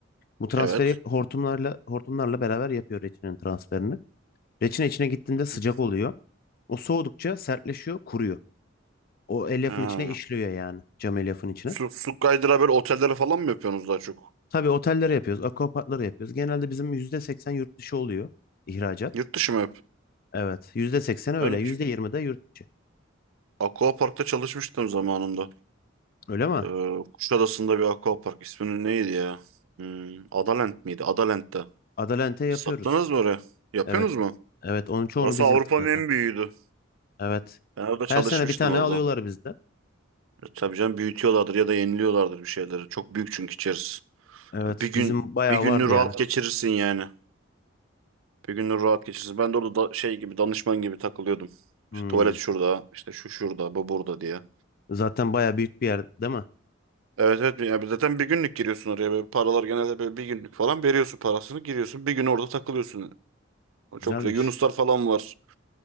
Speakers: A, on the left; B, on the right.
A: Bu transferi
B: Evet.
A: hortumlarla hortumlarla beraber yapıyor reçinenin transferini. Reçine içine gittiğinde
B: Hı
A: sıcak
B: hı.
A: oluyor. O soğudukça sertleşiyor, kuruyor. O elyafın
B: Ha.
A: içine işliyor yani cam elyafın içine.
B: Su, su kaydıra böyle otelleri falan mı yapıyorsunuz daha çok?
A: Tabii otellere yapıyoruz, akvaparklara yapıyoruz. Genelde bizim %80 yurt dışı oluyor ihracat.
B: Yurt dışı mı hep?
A: Evet, %80 öyle,
B: Ben
A: %20 de yurt içi.
B: Aquapark'ta çalışmıştım zamanında.
A: Öyle mi?
B: Ee, Kuşadası'nda bir Aquapark. İsminin neydi ya? Hmm, Adalent miydi? Adalent'te.
A: Adalente yapıyoruz.
B: Sattınız mı oraya? Yapıyorsunuz
A: Evet,
B: mu?
A: evet onun çoğunu
B: Orası
A: biz
B: Avrupa'nın
A: yaptık zaten.
B: en büyüğüydü.
A: Evet.
B: Ben orada
A: Her
B: çalışmıştım
A: sene bir tane
B: orada.
A: alıyorlar bizden.
B: Tabii canım büyütüyorlardır ya da yeniliyorlardır bir şeyleri. Çok büyük çünkü içerisi.
A: Evet,
B: Ya Bir gün
A: bizim bayağı
B: bir gününü
A: vardı yani.
B: rahat geçirirsin yani. Bir gününü rahat geçirirsin. Ben de orada da- şey gibi danışman gibi takılıyordum.
A: Hmm.
B: İşte tuvalet şurada, işte şu şurada, bu burada diye.
A: Zaten baya büyük bir yer değil mi?
B: Evet evet yani zaten bir günlük giriyorsun oraya. Böyle paralar genelde böyle bir günlük falan veriyorsun parasını giriyorsun. Bir gün orada takılıyorsun. O
A: Güzelmiş.
B: çok güzel. Yunuslar falan var.